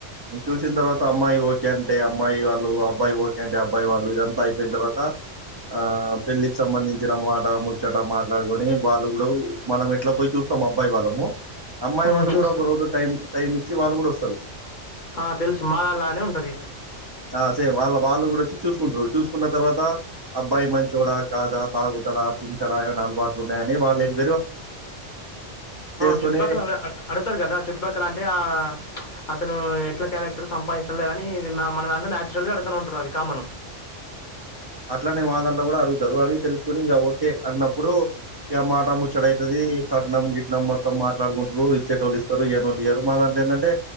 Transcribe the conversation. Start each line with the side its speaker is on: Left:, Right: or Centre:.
Right: చూసిన తర్వాత అమ్మాయి ఓకే అంటే అమ్మాయి వాళ్ళు అబ్బాయి ఓకే అంటే అబ్బాయి వాళ్ళు ఇదంతా అయిపోయిన తర్వాత ఆ పెళ్ళికి సంబంధించిన మాట ముచ్చట మాట్లాడుకొని వాళ్ళు కూడా మనం ఎట్లా పోయి చూస్తాం అబ్బాయి వాళ్ళము అమ్మాయి
Left: మ్,
Right: వాళ్ళు
Left: చూస్తాం
Right: కూడా ఒక రోజు టైం టైం ఇచ్చి వాళ్ళు కూడా వస్తారు
Left: ఆ, తెలుసు మా దాంట్లానే ఉంటుంది
Right: ఆ సేమ్ వాళ్ళ వాళ్ళు వచ్చి చూసుకుంటారు చూసుకున్న తర్వాత అబ్బాయి మంచి మంచోడా కాదా తాగుతాడా తిరుగుతాడా ఏమనా అలవాట్లు ఉన్నాయని వాళ్లు ఎంక్వయిరీ చేస్తారు చేసుకొని
Left: చుట్టుపక్కల వాళ్లు అడుతారు కదా చుట్టుపక్కల అంటే ఆ అతను క్యారెక్టర్ గా సంపాదదిస్తా లేదని మన మన దాంట్లో నన్చురల్ గా అడుతా ఉంటరు అవి కామన్
Right: అట్లనే మా దాంట్లో కూడా అడుగుతారు అడిగి తెలుసుకొని ఇక ఓకే అన్నప్పుడు ఇక మాట ముచ్చడ అవుతుది కట్నం గిట్నం మొత్తం మాట్లాడుకుంటారు ఇచ్చేట వాళ్ళు ఇస్తారు ఏనోళు ఇయారు మా దాంట్లో ఏంటంటే